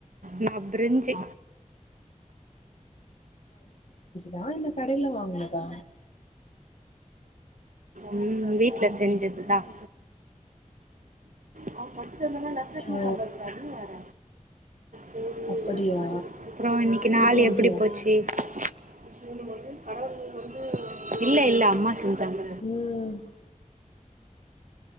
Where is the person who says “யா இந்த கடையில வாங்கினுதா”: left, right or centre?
Left